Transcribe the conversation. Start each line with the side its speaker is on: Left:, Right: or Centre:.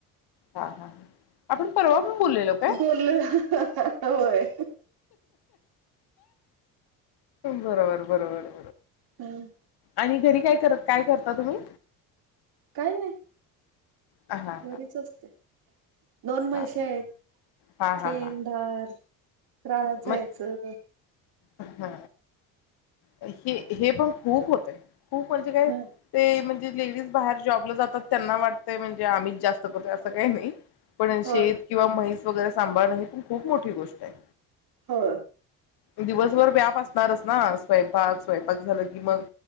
Left: हा हा ह आपण परवा बोललेलो काय
Right: बोलो ह हं हा हाहोय
Left: बरोबर बरोबर
Right: हम्म
Left: आणि घरी काय करता का काय तुम्ही?
Right: काय नाही
Left: हा हा
Right: घरीच असते दोन मैसे
Left: हा
Right: आहेत
Left: हा हा
Right: शीन
Left: हा
Right: धार रानात
Left: मग
Right: जायचं
Left: हा हे हे पण खूप होतंय. खूप म्हणजे काय
Right: ह
Left: ते म्हणज लेडीज बाहेर जॉबला जातात त्यांना वाटतं म्हणजे आम्ही जास्त करतोय असं काही नाही पण शेत
Right: होय
Left: किंवा म्हैस वगैरे सांभाळ न पण खूप मोठी गोष्ट <inaudible>
Right: हा
Left: दिवसभर व्याप असणारच ना स्वयंपाक स्वयंपाक झालं की मग